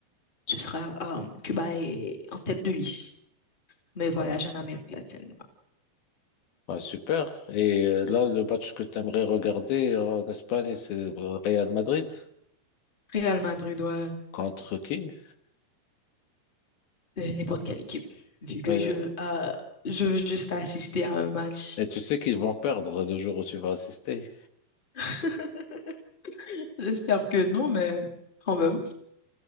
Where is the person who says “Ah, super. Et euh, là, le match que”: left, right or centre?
Left